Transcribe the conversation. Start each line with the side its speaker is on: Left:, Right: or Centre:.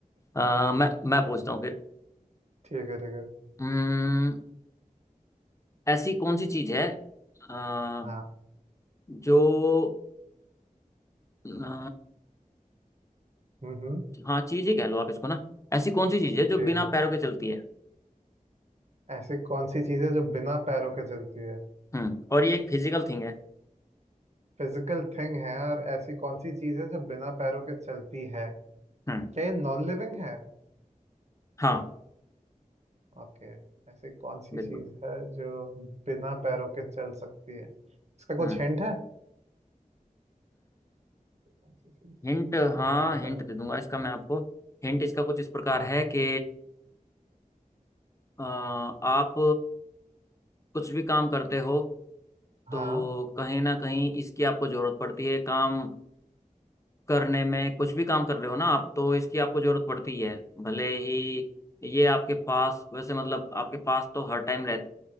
Left: अ, मैं मैं पूछता हूँ फिर
Right: ठीक है ठीक है
Left: अम्म, ऐसी कौन सी चीज है अ,
Right: हाँ
Left: जो अ,
Right: हम्म
Left: हाँ चीज ही कह लो आप इसको ना ऐसी कौन सी चीज है जो
Right: ठीक
Left: बिना
Right: है
Left: पैरों के चलती है
Right: ऐसी कौन सी चीज है जो बिना पैरों के चलती है
Left: हम्म और ये एक फिजिकल थिंग है
Right: फिजिकल थिंग है और ऐसी कौन सी चीज है जो बिना पैरों के चलती है
Left: हम्म
Right: क्या ये नॉन लिविंग है
Left: हाँ
Right: ओके ऐसी कौन सी
Left: बिल्कुल
Right: चीज है जो बिना पैरों के चल सकती है इसका कुछ
Left: हम्म
Right: हिंट है कौन सी चीज
Left: हिंट
Right: है जो बिना
Left: हाँ हिंट
Right: पैरों के
Left: दे दूंगा इसका मैं आपको हिंट इसका कुछ इस प्रकार
Right: हाँ
Left: है कि अ, आप कुछ भी काम करते हो
Right: हाँ
Left: तो कहीं ना कहीं इसकी आपको जरूरत पड़ती है काम करने में कुछ भी काम कर रहे हो ना आप तो इसकी आपको जरूरत पड़ती है भले ही ये आपके पास वैसे मतलब आपके पास तो हर टाइम रह